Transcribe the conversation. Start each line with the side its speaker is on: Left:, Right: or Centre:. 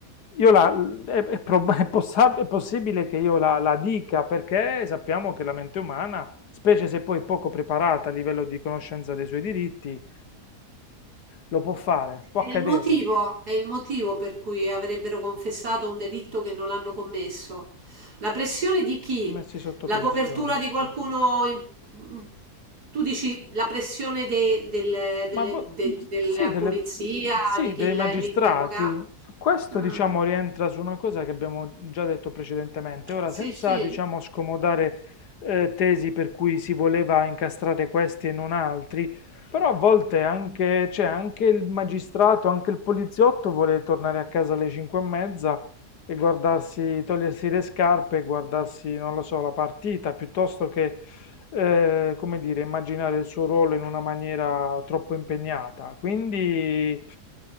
Left: io la, è, è prob- è possa- è possibile che io la, la dica perché sappiamo che la mente umana, specie se poi poco preparata a livello di conoscenza dei suoi diritti, lo può fare, può
Right: È
Left: accadere,
Right: il motivo, è il motivo per cui avrebbero confessato un delitto che non hanno commesso. La pressione di chi?
Left: messi sotto
Right: La
Left: pressione.
Right: copertura di qualcuno... in- in- tu dici la pressione de- del-
Left: Ma
Right: delle-
Left: boh,
Right: de- della
Left: sì, delle-
Right: polizia,
Left: sì,
Right: di chi
Left: dei
Right: l'ha-
Left: magistrati.
Right: l'interroga?
Left: Questo,
Right: Mm,
Left: diciamo, rientra su una cosa che abbiamo già detto precedentemente. Ora,
Right: sì,
Left: senza,
Right: sì.
Left: diciamo, scomodare eh, tesi per cui si voleva incastrare questi e non altri, però a volte anche, cioè, anche il magistrato, anche il poliziotto vuole tornare a casa alle 5 e mezza e guardarsi, togliersi le scarpe e guardarsi, non lo so, la partita, piuttosto che eh, come dire, immaginare il suo ruolo in una maniera troppo impegnata. Quindi